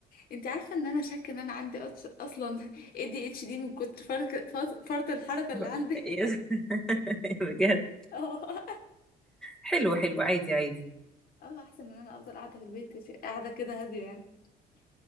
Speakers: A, on the left; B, in the centre.
A: انت عارفه ان انا شاكه ان انا عندي أص- اصلا اي دي اتش دي من كتر فرط فرط فرط الحركه اللي
B: <laughs>
A: عندي
B: إيه؟ <laughs> بجد
A: <laughs> اه
B: حلو حلو عادي عادي
A: اه احسن من انا افضل قاعده في البيت كش- قاعده كده هاديه يعني